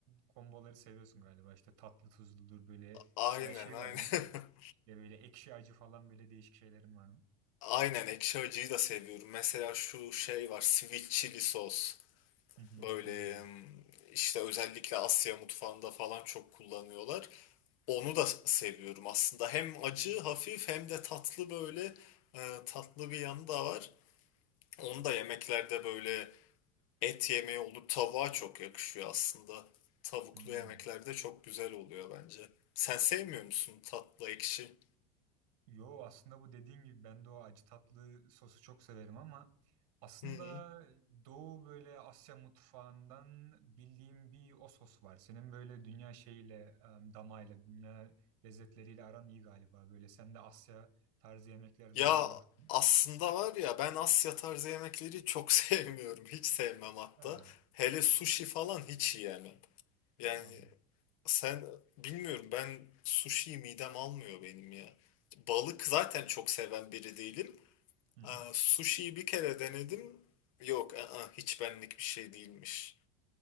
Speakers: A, on the right (about 55°); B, on the left (about 55°).
A: komboları seviyorsun galiba işte tatlı tuzludur böyle
B: Aynen
A: mesela şey
B: aynen.
A: var mı?
B: <laughs>
A: İşte böyle ekşi acı falan böyle değişik şeylerin var mı?
B: Aynen ekşi acıyı da seviyorum. Mesela şu şey var sweet chili sos.
A: Hı hı.
B: Böyle
A: Oo.
B: em, işte özellikle Asya mutfağında falan çok kullanıyorlar. Onu da seviyorum aslında. Hem acı hafif hem de tatlı böyle e, tatlı bir yanı da var. Onu da yemeklerde böyle Et yemeği olur. Tavuğa çok yakışıyor aslında. Tavuklu
A: Hmm.
B: yemekler de çok güzel oluyor bence. Sen sevmiyor musun tatlı ekşi?
A: Yo aslında bu dediğin gibi ben de o acı tatlı sosu çok severim ama aslında
B: Hı. hı.
A: Doğu böyle Asya mutfağından bildiğim bir o sos var. Senin böyle dünya şeyiyle, em, damağıyla, dünya lezzetleriyle aran iyi galiba. Böyle sen de Asya tarzı yemeklerden
B: Ya
A: böyle hoşlanıyorsun.
B: aslında var ya ben Asya tarzı yemekleri çok <laughs> sevmiyorum. Hiç sevmem hatta.
A: Ha,
B: Hele sushi falan hiç yiyemem. Yani
A: Allah Allah.
B: sen bilmiyorum ben sushi midem almıyor benim ya. Balık zaten çok seven biri değilim.
A: Hı hı.
B: Aa, sushi'yi bir kere denedim. Yok, aa, hiç benlik bir şey değilmiş.